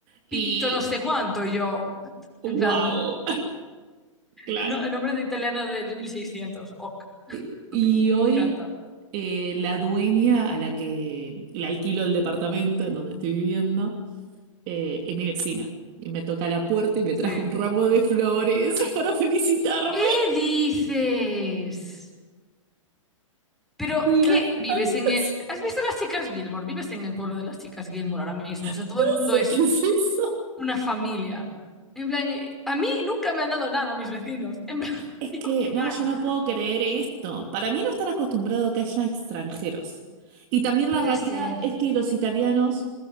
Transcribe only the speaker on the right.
Y
wow,
<laughs>
claro.
Eh, Y
hoy
eh, la dueña a la que le alquilo el departamento en donde estoy viviendo eh, es mi vecina. Y me toca la puerta y me trajo
un ramo de flores <laughs> para felicitarme.
Y
as-
as-
<laughs>
no
sé qué es eso.
Es
que
no,
yo no puedo creer esto. Para mí no están acostumbrados a que haya extranjeros. Y también
la realidad
es que los italianos